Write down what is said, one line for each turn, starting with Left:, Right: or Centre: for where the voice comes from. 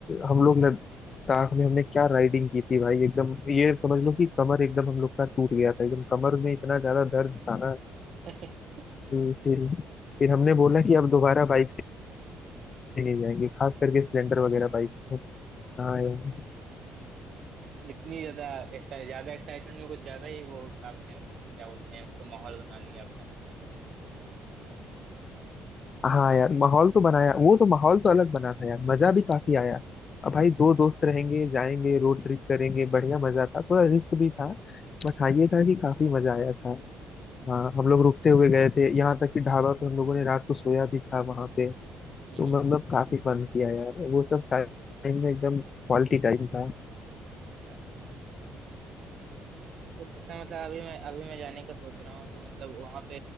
Left: हम लोग लद्दाख में हमने क्या राइडिंग की थी भाई एकदम ये समझ लो कि कमर एकदम हम लोग का टूट गया था एकदम कमर में इतना ज्यादा दर्द था ना
Right: <laughs>
Left: कि फिर फिर हमने बोला कि अब दोबारा बाइक नहीं
Right: हम्म।
Left: जाएंगे खास करके स्प्लेंडर वगैरह बाइक से हाँ यार
Right: इतनी ज्यादा एक्साइट ज्यादा एक्साइटमेंट में कुछ ज्यादा ही वो आपने क्या बोलते हैं उसको माहौल बना लिया अपना
Left: हाँ यार माहौल तो बनाया वो तो माहौल तो अलग बना था यार मजा भी काफी आया अब भाई
Right: हम्म
Left: दो दोस्त रहेंगे जाएंगे रोड ट्रिप करेंगे बढ़िया मजा था थोड़ा रिस्क भी था बट
Right: हम्म
Left: हाँ ये था कि काफी मजा आया था
Right: हम्म
Left: हाँ हम लोग रुकते हुए गए थे यहाँ तक कि ढाबा पे हम लोगों ने रात को सोया भी था वहां पे तो
Right: हम्म, हम्म।
Left: मतलब काफी फन किया यार वो सब टाइम में एकदम क्वालिटी टाइम था
Right: अच्छा और जैसे मतलब अभी मैं अभी मैं जाने का सोच रहा हूँ तो मतलब वहां पे